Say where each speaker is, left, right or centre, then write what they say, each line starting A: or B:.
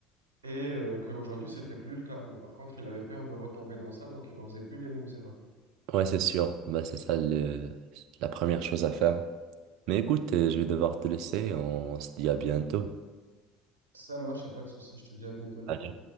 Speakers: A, on the right; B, on the right.
A: et euh, qu'aujourd'hui, c'était plus le cas. Mais par contre, il avait peur de retomber dans ça, donc il refaisait plus les mêmes erreurs.
B: ouais, c'est sûr. Bah, c'est ça le, la première chose à faire. Mais écoute, euh, je vais devoir te laisser. On se dit à bientôt.
A: Ça marche, y a pas de souci. Je te dis à bientôt du
B: Allez.
A: coup.